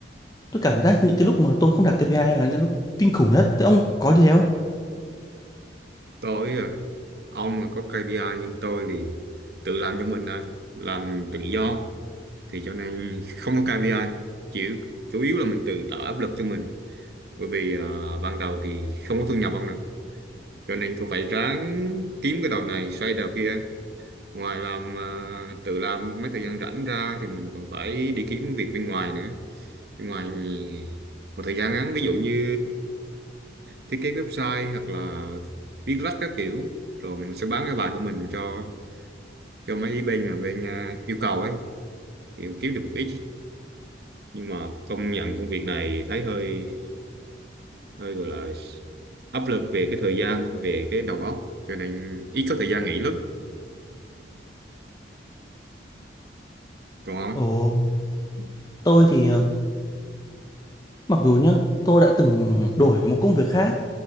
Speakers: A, on the left (about 20°); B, on the right (about 60°).
A: tôi cảm giác những cái lúc mà tôi không đặt KPI là những lúc kinh khủng nhất thế ông có như thế không
B: tôi à, ông là có KPI nhưng tôi thì tự làm cho mình à làm tự do thì cho nên không có KPI chỉ chủ yếu là mình tự tạo áp lực cho mình bởi vì à, ban đầu thì không có thu nhập ông nè cho nên cô phải ráng kiếm cái đầu này xoay đầu kia ngoài làm à, tự làm mấy thời gian rảnh ra thì mình còn phải đi kiếm việc bên ngoài nữa bên ngoài một thời gian ngắn ví dụ như thiết kế website hoặc là viết lách các kiểu rồi mình sẽ bán cái bài của mình cho cho mấy bên mà bên à, yêu cầu ấy thì cũng kiếm được một ít nhưng mà công nhận công việc này thấy hơi hơi gọi là áp lực về cái thời gian về cái đầu óc cho nên ít có thời gian nghỉ lắm còn
A: Ồ,
B: không
A: tôi thì ờ, mặc dù nhá, tôi đã từng đổi một công việc khác